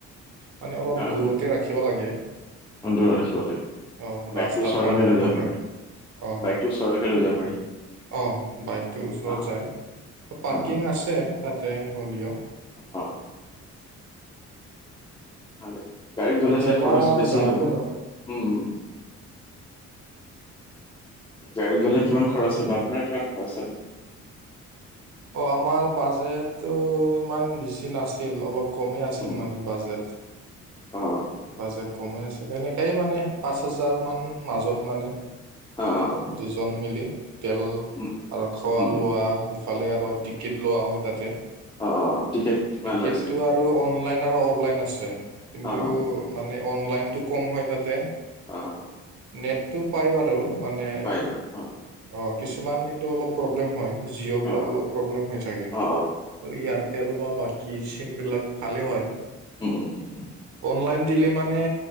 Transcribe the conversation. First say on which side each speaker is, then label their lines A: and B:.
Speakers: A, on the right; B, on the left.
A: মানে অলপ
B: অ
A: দূৰতে
B: অ
A: ৰাখিব লাগে।
B: দূৰত ৰাখিব লাগে।
A: অ', ৰাস্তাৰ
B: বাইকটো ওচৰলৈকে
A: কাৰণে
B: লৈ যাব
A: মানে
B: পাৰি,
A: অ',
B: বাইকটো ওচৰলৈকে লৈ যাব পাৰি।
A: অ' বাইকটো ওচৰত
B: অ
A: যায়। পাৰ্কিং
B: অ
A: আছে তাতে হলিঅ'।
B: <unintelligible> ভালে, গাড়ীত গ'লে
A: কেতিয়াবা
B: চাগে খৰছ বেছি
A: যাবি
B: হ'ব,
A: আৰু
B: উম, উম। গাড়ীত গ'লে কিমান খৰছ হ'ব আপোনাৰ কিমান খৰচ হ'লে?
A: অ', আমাৰ বাজেটো ইমান বেছি নাছিল অলপ কমেই আছিল
B: উম
A: মানে বাজেট।
B: অ'।
A: বাজেট কমে আছিল, তেনেকাই মানে পাঁচ হাজাৰ মান মাজত মানে
B: অ অ
A: দুজন মিলি তেল
B: উম
A: আৰু খোৱা
B: উম
A: লোৱা
B: উম
A: ফালে আৰু টিকেট লোৱা হয় তাতে,
B: অ টিকেট কিমান
A: টিকেটটো
B: লয় চাগে?
A: আৰ আৰু অনলাইন আৰু অফলাইন আছে, কিন্তু
B: অ
A: মানে অনলাইনটো কম হয় তাতে।
B: অ'।
A: নেটটো পাই বাৰু মানে
B: পাই ন অ
A: অ', কিছুমান কিন্তু অলপ প্ৰব্লেম হয় জিঅ' বিলাক
B: অ
A: অলপ প্ৰব্লেম হয় ছাগে। এয়াৰটেল
B: অ অ অ
A: বা বাকী চিম বিলাক ভালে হয়।
B: উম উম উম উম
A: অনলাইন দিলে মানে